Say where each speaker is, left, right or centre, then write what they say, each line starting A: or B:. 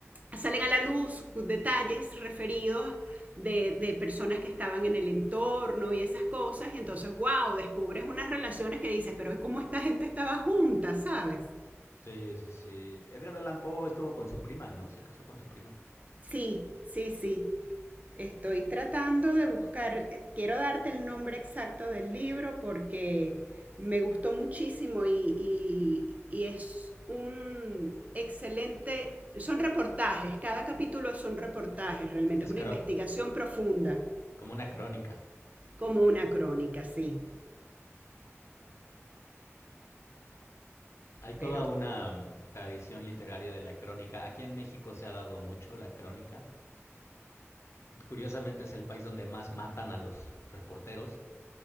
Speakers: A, on the right; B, on the left.
A: salen a la luz detalles referidos de, de, personas que estaban en el entorno y esas cosas, y entonces, wow, descubres unas relaciones que dices, pero es como esta gente estaba junta, ¿sabes?
B: Sí, sí, sí. Edgar Allan Poe estuvo con su prima, ¿no? Se casó con su prima.
A: Sí, sí, sí. Estoy tratando de buscar, eh, quiero darte el nombre exacto del libro porque me gustó muchísimo y, y, y es un excelente, son reportajes, cada capítulo son reportajes realmente, es
B: Es
A: una
B: cro-
A: investigación profunda,
B: como una crónica.
A: como una crónica, sí,
B: Hay toda
A: pero
B: una mm, tradición literaria de la crónica. Aquí en México se ha dado mucho la crónica. Curiosamente es el país donde más matan a los reporteros,